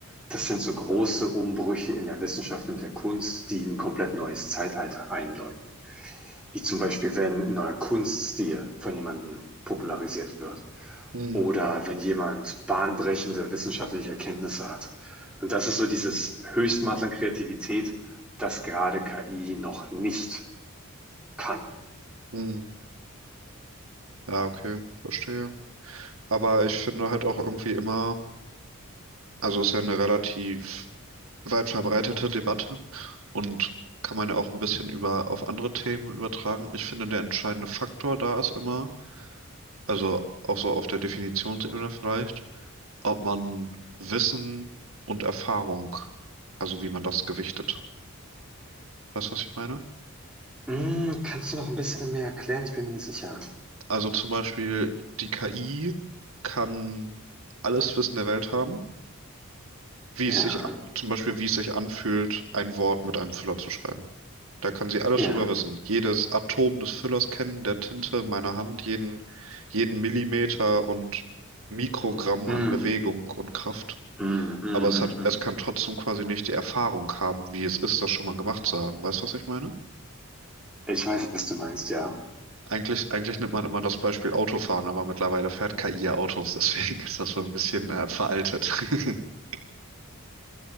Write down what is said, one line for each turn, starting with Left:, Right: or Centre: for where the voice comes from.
Centre: Das sind so große Umbrüche in der Wissenschaft und der Kunst, die ein komplett neues Zeitalter einläuten. Wie zum Beispiel, wenn ein neuer Kunststil von jemandem popularisiert wird
Right: Hm,
Centre: oder wenn jemand bahnbrechende wissenschaftliche Erkenntnisse hat. Und das ist so dieses Höchstmaß an Kreativität, das gerade KI noch nicht kann.
Right: hm. Ja, okay, verstehe. Aber ich finde halt auch irgendwie immer, also ist ja eine relativ weit verbreitete Debatte und kann man ja auch ein bisschen über auf andere Themen übertragen. Ich finde, der entscheidende Faktor da ist immer, also auch so auf der Definitionsebene vielleicht, ob man Wissen und Erfahrung, also wie man das gewichtet. Weißt du, was ich meine?
Centre: Mm, kannst du noch ein bisschen mehr erklären? Ich bin mir nicht sicher.
Right: Also zum Beispiel, die KI kann alles Wissen der Welt haben wie
Centre: Ja,
Right: es sich, a- zum Beispiel, wie es sich anfühlt, ein Wort mit einem Füller zu schreiben. Da kann sie alles
Centre: ja.
Right: drüber wissen. Jedes Atom des Füllers kennen, der Tinte meiner Hand, jeden, jeden Millimeter und Mikrogramm
Centre: Mm,
Right: an Bewegung und Kraft.
Centre: mm, mm,
Right: Aber es
Centre: mm,
Right: hat,
Centre: mm.
Right: es kann trotzdem quasi nicht die Erfahrung haben, wie es ist, das schon mal gemacht zu haben. Weißt du, was ich meine?
Centre: Ich weiß, was du meinst, ja.
Right: Eigentlich, eigentlich nimmt man immer das Beispiel Autofahren, aber mittlerweile fährt KI ja Autos, <laughs> deswegen ist das schon ein bisschen äh, veraltet. <laughs>